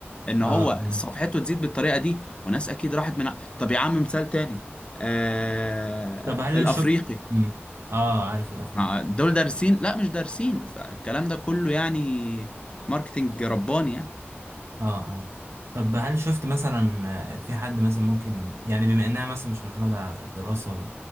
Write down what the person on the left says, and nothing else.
ان
هو
صفحته تزيد بالطريقه دي وناس اكيد راحت من ع- طب يا عم مثال تاني آه...
الافريقي
مع دول دارسين لا مش دارسين فالكلام ده كله يعني ماركتينج رباني يعني